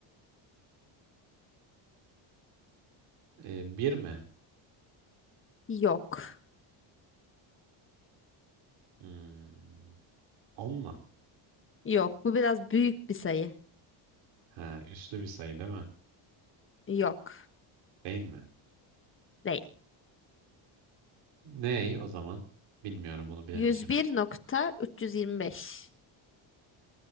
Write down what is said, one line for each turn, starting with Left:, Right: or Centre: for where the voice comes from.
Right: e, bir mi?
Left: Yok.
Right: Hmm, on mu?
Left: Yok. Bu biraz büyük bir sayı.
Right: Ha, üslü bir sayı değil mi?
Left: Yok.
Right: Değil mi?
Left: Değil.
Right: Ney o zaman? Bilmiyorum onu bilemeyeceğim.
Left: Yüz yüz bir nokta üç yüz yirmi beş.